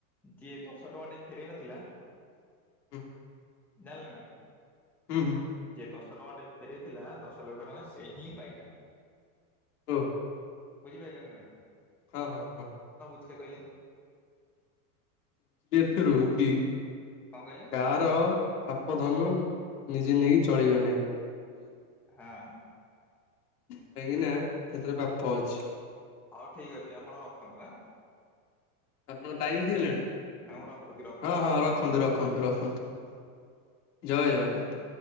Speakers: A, in the centre; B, on the left.
A: ଯିଏ ଦ ସେ ଟଙ୍କା ଟେ ଫେରେଇ ନଥିଲା
B: ହୁଁ।
A: ଜାଣିଲେ ନା।
B: ହୁଁ ହୁଁ।
A: ଯିଏ ଦଶ ଟଙ୍କା ଟେ ଫେରେଇଥିଲା ଦଶ ଲକ୍ଷ ଟଙ୍କା ସେ ହିଁ ପାଇଲା।
B: ଓ ହୋ।
A: ବୁଝିପାଇଲେ ନା ନାଇଁ।
B: କହ ହଁ ହଁ।
A: <unintelligible> କହିଲେ।
B: <unintelligible>
A: କଣ କହିଲେ
B: କାହାର ପାପ ଧନ ନିଜେନେଇ ଚ ଚଳିବ ନାହିଁ।
A: ହଁ।
B: କାହିଁକି ନା ସେଥିରେ ବାପ ଅଛି।
A: ହଉ ଠିକ ଅଛି ଆପଣ ରଖନ୍ତୁ ଆଁ
B: ଆପଣଙ୍କ ଟାଇମ୍ <unintelligible> ଗଲାଣି।
A: ହଁ ମୁଁ ରଖୁଛି ରଖୁଛି
B: ହଁ
A: ମୋର
B: ହଁ
A: କାମ
B: ରଖନ୍ତୁ
A: ଅଛି
B: ରଖନ୍ତୁ ରଖନ୍ତୁ ଜୟ ଜଗନ୍ନାଥ।